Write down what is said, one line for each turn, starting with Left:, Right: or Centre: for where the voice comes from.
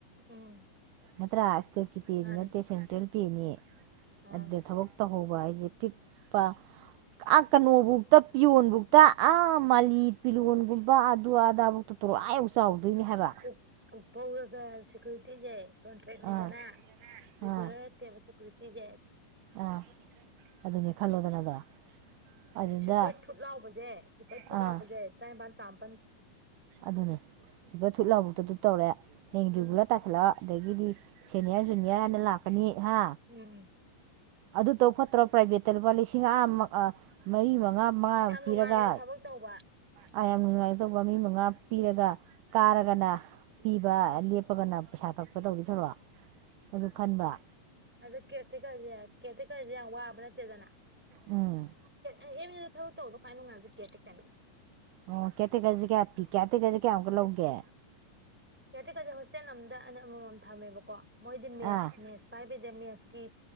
Centre: ꯎꯝ
Right: ꯅꯠꯇ꯭ꯔꯥ ꯏꯁꯇꯦꯠꯀꯤ ꯄ‌ꯦꯁꯨ
Centre: ꯃꯥꯅꯦ
Right: ꯅꯠꯇꯦ ꯁꯦꯟꯇ꯭ꯔꯦꯜ ꯄ‌ꯦꯅꯤ
Centre: ꯑꯥ
Right: ꯑꯗꯨꯗ ꯊꯕꯛ ꯇꯧꯍꯧꯕ ꯍꯥꯏꯁꯦ ꯄꯤꯛꯄ ꯑꯥ ꯀꯩꯅꯣꯕꯨꯛꯇꯥ ꯄꯤꯌꯣꯟꯕꯧꯇ ꯑꯥ ꯃꯥꯂꯤ ꯄꯤꯔꯣꯟꯒꯨꯝꯕ ꯑꯗꯨ ꯑꯗꯥꯕꯨꯛꯇꯥ ꯇꯏꯂꫭꯞ ꯑꯥ ꯌꯧꯅꯥ ꯆꯥꯎꯥꯗꯣꯏꯅꯦ ꯍꯥꯏꯕ
Centre: ꯎꯞ ꯐꯧꯔꯒ ꯁꯦꯀꯨꯔꯤꯇꯤꯁꯦ ꯀꯣꯟꯇ꯭ꯔꯦꯛꯅꯤꯗꯅ
Right: ꯑꯥ
Centre: ꯔꯤꯒꯨꯂꯔ
Right: ꯑꯥ
Centre: ꯇ‌ꯦꯕꯥ ꯁ‌ꯦꯀꫭꯔꯤꯇ‌ꯦꯁ‌ꯦ
Right: ꯑꯥ ꯑꯗꯨꯅꯦ ꯈꯜꯂꯣꯗꯅ ꯑꯗꯣ ꯑꯗꯨꯗ
Centre: ꯁꯨꯏꯄꯔ ꯊ꯭ꯔꯨꯠ ꯂꯥꯎꯕꯁꯦ ꯁꯨꯏꯄꯔ ꯊ꯭ꯔꯨꯠ
Right: ꯑꯥ
Centre: ꯂꯥꯎꯕꯁꯦ ꯇꯔꯥꯅꯤꯄꯜ ꯇꯔꯥꯃꯥꯄꯜ
Right: ꯑꯗꯨꯅꯦ ꯁꯨꯏꯄꯔ ꯊꯨꯠ ꯂꯥꯎꯕꯕꯨꯛꯇ ꯑꯗꯨ ꯇꯧꯔꯦ ꯍꯌ‌ꯦꯡ
Centre: ꯎꯝ
Right: ꯔꯤꯒꯨꯂꯔ ꯇꯥ ꯁꯜꯂꯣ ꯑꯗꯒꯤꯗꯤ ꯁꯦꯅꯤꯌꯔ ꯖꯨꯅꯤꯌꯔ ꯍꯥꯏꯅ ꯂꯥꯛꯀꯅꯤ ꯍꯥ
Centre: ꯎꯝ
Right: ꯑꯗꯨ ꯇꯧ ꯐꯠꯇ꯭ꯔꯣ ꯄ꯭ꯔꯥꯏꯚꯦꯠꯇ ꯂꯨꯄꯥ ꯂꯨꯄꯥ ꯂꯤꯁꯤꯡ ꯑꯥ ꯑꯥ ꯃꯔꯤ ꯃꯉꯥ ꯃꯉꯥ
Centre: ꯌꯥꯝ
Right: ꯄꯤꯔꯒ
Centre: ꯅꯨꯡꯉꯥꯏꯅꯖꯨ ꯊꯕꯛ ꯇꯧꯕ
Right: ꯑꯥ ꯌꯥꯝ ꯅꯨꯡꯉꯥꯏꯗꯧꯕ ꯃꯤ ꯃꯪꯉꯥ ꯄꯤꯔꯒ ꯀꯥꯔꯒꯅ ꯄꯤꯕ ꯂꯦꯞꯄꯒꯅ ꯄꯩꯁꯥ ꯀꯛꯄ ꯇꯧꯗ ꯁꯔꯨꯛ ꯑꯗꯨ ꯈꯟꯕ꯭ꯔꯥ
Centre: ꯑꯗꯨ ꯀꯦꯔꯇꯦꯀꯔꯁꯦꯀꯦꯔꯇꯦꯀꯁ‌ꯦ ꯌꯥꯝ ꯋꯥꯕ ꯅꯠꯇꯦꯗꯅ
Right: ꯎꯝ
Centre: ꯑꯦꯝ ꯌꯨꯗ ꯊꯕꯛ ꯇꯧꯕꯗꯥ ꯈꯋꯥꯏ ꯅꯨꯪꯉꯥꯏꯕꯥꯁꯤ ꯀꯦꯔꯇꯦꯀꯔ ꯅꯤ
Right: ꯑꯣ ꯀꯦꯔꯇꯦꯀꯔꯁꯤ ꯀꯌꯥ ꯀꯦꯔꯇꯦꯀꯔꯁꯤ ꯀꯌꯥꯃꯨꯛꯀ ꯂꯧꯒꯦ
Centre: ꯀꯦꯔꯇꯦꯀꯔꯁꯦ ꯍꯣꯁꯇꯦꯜ ꯑꯃꯝꯗ ꯑꯩꯅ ꯑꯃꯃꯝ ꯊꯝꯃꯦꯕꯀꯣ ꯃꯣꯏꯗꯤ ꯃꯦꯠꯁ
Right: ꯑꯥ
Centre: ꯃꯦꯠꯁ ꯄꯥꯏꯕꯩꯗ ꯃꯦꯠꯁꯀꯤ